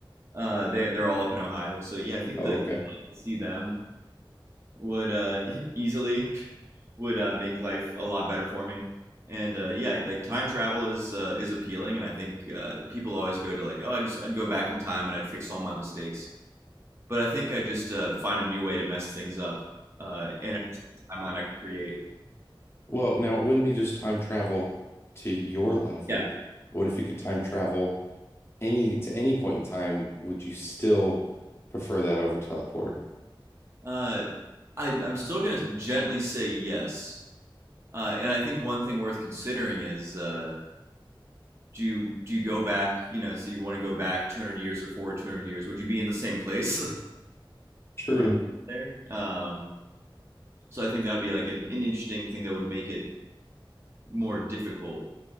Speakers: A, on the right (about 30°); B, on the left (about 30°).
A: Uh, they they're all up in Ohio, so yeah, I think
B: Oh,
A: the
B: okay.
A: to see them would uh, <laughs> easily <laughs> would uh, make life a lot better for me. And uh, yeah, like time travel is uh, is appealing, and I think uh, people always go to like, oh, I just I'd go back in time and I'd fix all my mistakes. But I think I just uh, find a new way to mess things up uh, in every timeline I can create.
B: Well, now it wouldn't be just time travel to your life.
A: Yeah.
B: Like, what if you could time travel any to any point in time? Would you still prefer that over teleporter?
A: Uh, I, I'm still going to gently say yes. Uh, and I think one thing worth considering is uh, do you do you go back? You know, so you want to go back 200 years or forward 200 years? Would you be in the same place <laughs>
B: True.
A: when you were there? Um, so I think that would be like an, an interesting thing that would make it more difficult